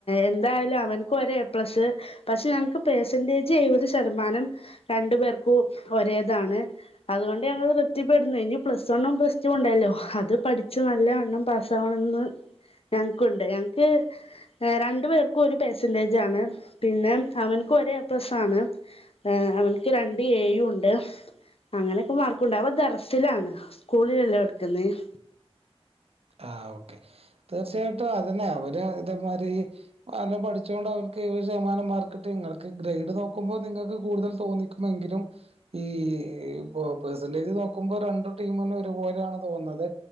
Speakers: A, on the left; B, on the right.
A: എന്തായാലും അവ ഒരഎ പ്ലസ്സ് പക്ഷെ ഞക്ക് പേർസെന്റേജ് എഴുപത് ശതമാനം രണ്ടു പേർക്കും ഒരേതാണ് അതുകൊണ്ട് ഞങ്ങൾ തൃപ്തിപ്പെടുന്നു ഇനി പ്ലസ് വണ്ണും പ്ലസ് ടു ഉണ്ടായല്ലോ അത് പഠിച്ച് നല്ല എണ്ണം പാസ്സാവണം എന്ന് ഞങ്ങക്കുണ്ട് ഞങ്ങക്ക് രണ്ടു പേർക്കും ഒരു പെർസെന്റേജ ആാണ് പിന്നെ അവനക്കും ഒര എ പ്ലസ് ആണ് അവക്ക് രണ്ട് എ യും ണ്ട് അങ്ങനെയൊക്കെ മാർക്കുണ്ട് അവ ദറസിലാണ് സ്കൂളിലല്ലോ എടുക്കുന്നത്
B: ആ ഓക്കെ തീർച്ചയായിട്ടും അതെന്നെ അവര് ഇതുമാരി എല്ലാം പഠിച്ചുകൊണ്ട് അവർ ഏഴ് ശതമാനം മാർക്കട്ട് നിങ്ങൾക്ക് ഗ്രേഡ് നോക്കുമ്പോ നിങ്ങൾക്ക് കൂടുതൽ തോന്നിക്കുമെങ്കിലും ഈ ഇ പെർസെന്റേജ് നോക്കുമ്പോ രണ്ടു ടീമും ഒരുപോലെയാണ് തോന്നുന്നത്